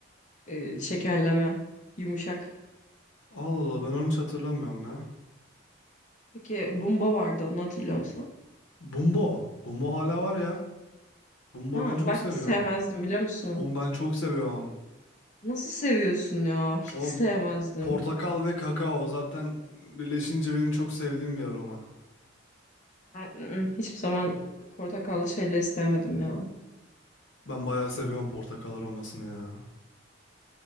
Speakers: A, on the left (about 35°); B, on the left (about 65°).
A: e, şekerleme. Yumuşak.
B: Allah Allah ben onu hiç hatırlamıyorum ya.
A: Peki bumba vardı onu hatırlıyor musun?
B: Bumbo. Bumbo hala var ya. Bumbo'yu
A: Ha,
B: ben çok
A: ben hiç
B: seviyorum.
A: sevmezdim biliyor musun?
B: Oğlum ben çok seviyorum.
A: Nasıl seviyorsun ya? Hiç
B: Oğlum
A: sevmezdim.
B: portakal ve kakao zaten birleşince benim çok sevdiğim bir aroma.
A: Ben ı-ı, hiçbir zaman portakallı şeyleri sevmedim ya.
B: Ben bayağı seviyorum portakal aromasını ya.